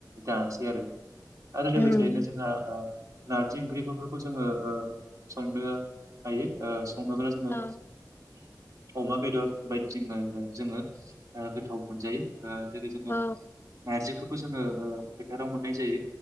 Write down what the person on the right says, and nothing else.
दासि आरो आरो लोगोसेनो
जोंहा आ नारजि ओंख्रिफोरखौ जोङो ओ संनो हायो ओ संनोब्ला जोङो
अमा बेदर बायदि जोङो जोङो गोथाव मोनजायो आ जेरै जोङो
नारजि खौ ओ जोङो फोथाराव मोननाय जायो